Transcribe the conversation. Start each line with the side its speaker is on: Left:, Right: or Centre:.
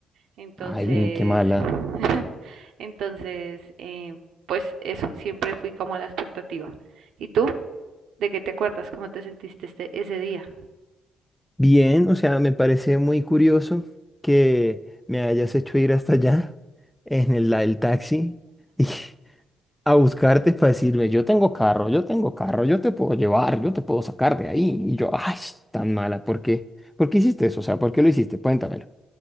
Right: Entonces,
Centre: Ay, qué mala.
Right: <laughs> entonces, eh, pues eso, siempre fui como a la expectativa. ¿Y tú? ¿De qué te acuerdas? ¿Cómo te sentiste este, ese día?
Centre: Bien, o sea, me parece muy curioso que me hayas hecho ir hasta allá en el, la- el taxi. <laughs> a buscarte para decirme, yo tengo carro, yo tengo carro, yo te puedo llevar, yo te puedo sacar de ahí. Y yo, ay, tan mala, ¿por qué? ¿Por qué hiciste eso? O sea, ¿por qué lo hiciste? Cuéntamelo.